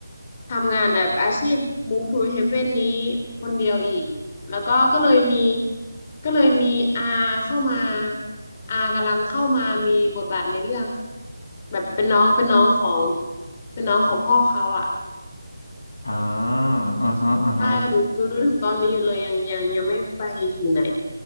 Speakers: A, on the left; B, on the left.
A: ทำงานแบบอาชีพ Move to Heaven นี้คนเดียวอีกแล้วก็ก็เลยมีก็เลยมีอาเข้ามาอากำลังเข้ามามีบทบาทในเรื่องค่ะแบบเป็นน้องเป็นน้องของเป็นน้องของพ่อเขาอ่ะ
B: อ่าอ่าฮะอ่าฮะ
A: ใช่หนูหนูดูถึงตอนนี้อยู่เลยยังยังยังไม่ไปถึงไหน